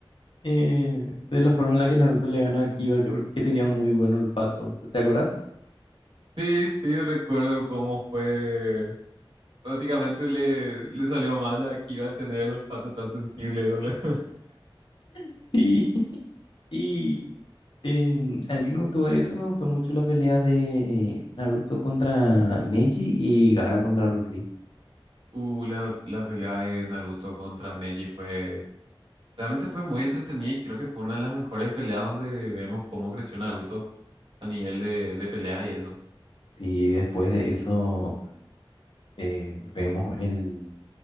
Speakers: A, on the left; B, on the right.
A: eh, de la forma en la que Naruto le gana a Kiba, que, que tenía un muy buen olfato. ¿Te acuerdas?
B: Sí, sí, recuerdo cómo fue. Básicamente le, le salió mal a Kiba al tener el olfato tan sensible. ¿no? <laughs>
A: Sí, y em, a mí me gustó eso, me gustó mucho la pelea de Naruto contra Neji y Gaara contra Rock Lee.
B: Uh, la, la pelea de Naruto contra Neji fue... Realmente fue muy entretenida y creo que fue una de las mejores peleas donde vemos cómo creció Naruto a nivel de, de peleas y eso.
A: Sí, después de eso eh, vemos el,